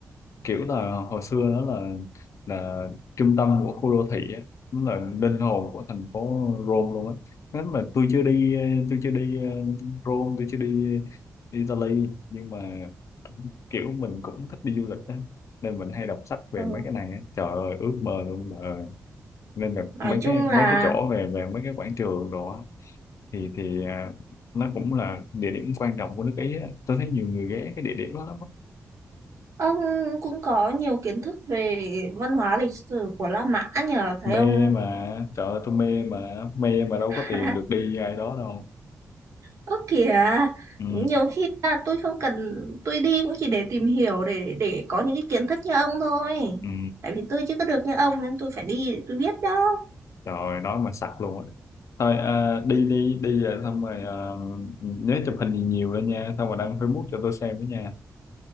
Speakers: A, on the left (about 65°); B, on the right (about 65°).
A: kiểu là hồi xưa đó là là trung tâm của khu đô thị á nó là linh hồn của thành phố Rome luôn á nếu mà tôi chưa đi tôi chưa đi ờ, Rome tôi chưa đi Italy nhưng mà kiểu mình cũng thích đi du lịch á nên mình hay đọc sách về
B: ừ.
A: mấy cái này á trời ơi ước mơ luôn bà ơi nên là
B: nói
A: mấy
B: chung
A: cái mấy
B: là
A: cái chỗ về về mấy cái quảng trường đó thì thì à, nó cũng là địa điểm quan trọng của nước Ý á. Tôi thấy nhiều người ghé cái địa điểm đó lắm á.
B: Ông cũng có nhiều kiến thức về văn hóa lịch sử của La Mã nhờ thấy
A: mê
B: ông
A: mà trời ơi tôi mê mà mê mà đâu
B: <laughs>
A: có tiền được đi như ai đó đâu
B: ớ kìa
A: ừ,
B: nhiều khi là tôi không cần tôi đi cũng chỉ để tìm hiểu để để có những cái kiến thức như ông thôi
A: ừ.
B: tại vì tôi chưa có được như ông nên tôi phải đi để tôi biết đó
A: trời ơi, nói mà sặc luôn á thôi à, đi đi đi về xong rồi à, nhớ chụp hình nhiều nhiều lên nha xong rồi đăng Facebook cho tôi xem với nha